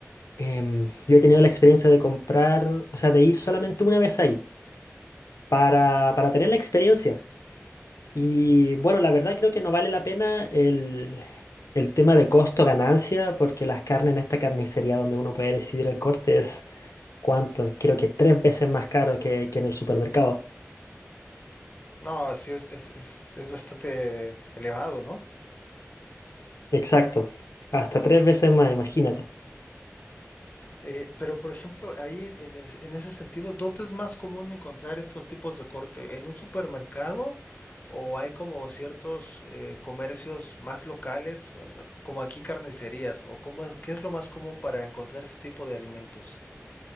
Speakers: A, on the left (about 85°); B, on the left (about 30°).
A: Em, yo he tenido la experiencia de comprar, o sea, de ir solamente una vez ahí, para, para tener la experiencia. Y bueno, la verdad creo que no vale la pena el, el tema de costo-ganancia, porque las carnes en esta carnicería donde uno puede decidir el corte ¿Cuánto? Creo que tres veces más caro que, que en el supermercado.
B: No, sí es, es, es, es bastante elevado, ¿no?
A: Exacto. Hasta tres veces más, imagínate.
B: Eh, pero, por ejemplo, ahí en, en el- en ese sentido, ¿dónde es más común encontrar estos tipos de corte? ¿En un supermercado o hay como ciertos eh, comercios más locales, eh, como aquí carnicerías? ¿O cómo es- qué es lo más común para encontrar ese tipo de alimentos?